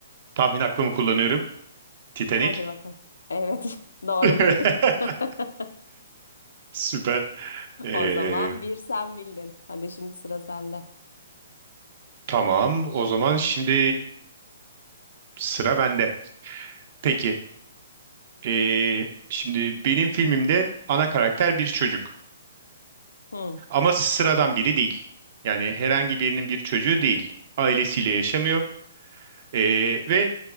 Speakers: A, on the right (about 50°); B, on the left (about 85°).
A: Tahmin hakkımı kullanıyorum. Titanic.
B: Hadi bakalım. Evet, <laughs> doğru
A: <laughs>
B: bildin. <laughs>
A: Süper. E,
B: O zaman bir sen bildin. Hadi şimdi sıra sende.
A: tamam, o zaman şimdi sıra bende. Peki, e, şimdi benim filmimde ana karakter bir çocuk.
B: Hı
A: Ama sıradan biri değil. Yani herhangi birinin bir çocuğu değil. Ailesiyle yaşamıyor. Ee, ve